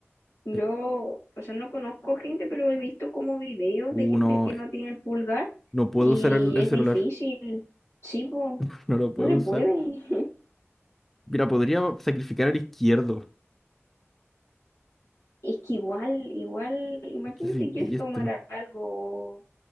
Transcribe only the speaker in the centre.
eh,
Uno,
no puedo
usar el, el
celular,
<laughs> no lo puedo
usar.
Mira, podría sacrificar al izquierdo.
Es que soy diestro.